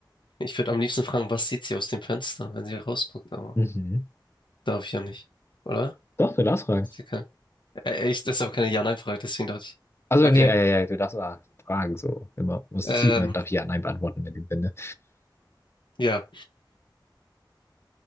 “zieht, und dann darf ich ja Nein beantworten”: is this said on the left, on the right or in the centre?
Left